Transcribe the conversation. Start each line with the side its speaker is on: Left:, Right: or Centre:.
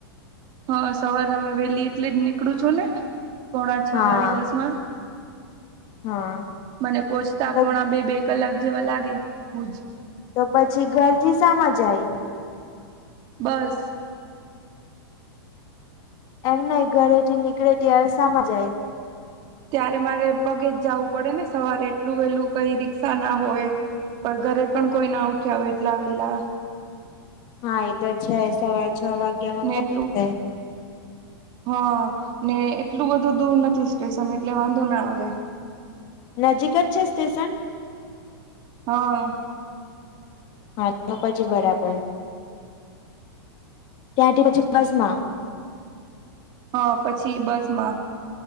Right: હા સવાર અમે વેલી એટલે જ નીકળું છું ને પોણા છ
Left: હા
Right: વાળી બસ માં
Left: હા
Right: મને પહોચતા
Left: તો
Right: પોણા બે બે કલાક જેવા લાગે ભુજ
Left: તો પછી ઘર થી સામા જાય
Right: બસ
Left: એમ નઈ ઘરે થી નીકળે ત્યારે સામા જાય
Right: ત્યારે મારે પગે જ જાવું પડે ને સવારે એટલું વેલું કઈ રીક્ષા ના હોય પણ ઘરે પણ કોઈ ના ઉઠ્યા હોય એટલા વેલા
Left: હા એ તો છે સવાર છ વાગ્યા માં
Right: ને
Left: કોણ
Right: એટલું
Left: <unintelligible>
Right: હા ને એટલું બધું દૂર નથી સ્ટેશન એટલે વાંધો ના આવે
Left: નજીક જ છે સ્ટેશન
Right: હા
Left: હા તો પછી બરાબર ત્યાંથી પછી બસ માં
Right: હા પછી બસ માં